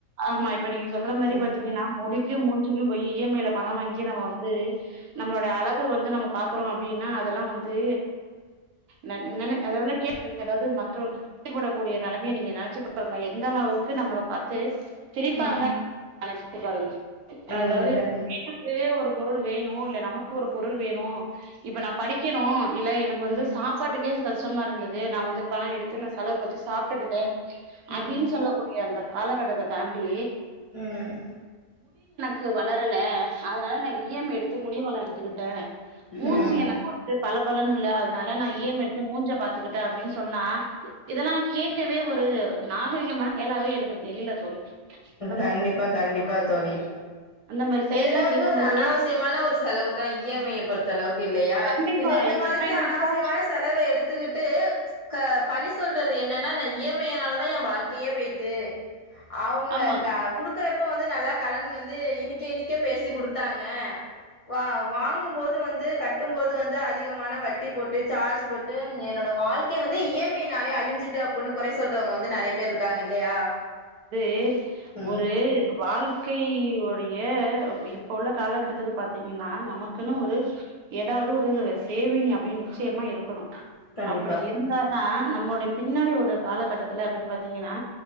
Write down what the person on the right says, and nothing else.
ஆமா இப்ப நீங்க சொல்ற மாரி
பாத்தீங்கனா முடிக்கும் மூஞ்சுக்கும் போயி இ எம் ஐல பணம் வாங்கி நம்ம வந் து நம்மளோட அழக வந்து நம்ம பாக்றோ அப்டின்னா அதெல்லா வந்து ந நென அதெல்லாம் கேட் அதாவது மற்றவர்களை திருப்தி பட கூடிய நிலமைய நீங்க நினைச்சி பாருங்க எந்த அளவுக்கு நம்மள பாத் து. சிரிப்பாங்க
நினைச்சிட்டு பாருங்க
அதாவது
வீட்டுக்கு ஒரு பொருள் வேணும் இல்ல நமக்கு ஒரு பொருள் வே ணும் இப்ப நான் படிக்கணும் இல்ல எனக்கு வந்து
சாப்பாட்டுக்கே கஷ் கஷ்டமா இருந்தது நான் வந்து பணம் எடுத்து செலவுக்கு வச்சு சாப்பிட்டுக்கிட்டேன்
அப்பின்னு சொல்லக்கூடிய அந்த காலகட்டத்தை தாண்டி
க்கு வளரல அதனால நான் இ எம் ஐ எடுத்து முடியும் வளர்ந்துக்கிட்டேன் மூஞ்சி
எனக்கு வது பல பலன்னு இல்ல அதனால நான் இ எம் ஐ எடுத்து மூஞ்சை பாத்துக்கிட்டேன் அப்படின்னு சொன்னா இதெல்லா கேட்கவே ஒரு நாகரீகமான எனவே எனக்கு தெரியல தோழி அந்
அந்த மாரி செயல்லா
கேக்கும்போது
கண்டிப்பா
இதெல்லா
எங்களுக்கு
போ
ஆமா
ந்து
ஒரு வாழ்க்கையுடைய ஏ இப்ப உள்ள காலகட்டத்துக்கு பாத்தீங்கன் ன்னா நமக்குன்னு
ஒரு ஏதாவது ஒரு சேவிங் அப்படின்னு நிச்சயமா இருக்கணும்
அப்படி இருந்தாதான் நம்மளுடைய பின்னாடி ஒரு காலகட்டத்தில அப்படின்னு பாத்திங்கன்னா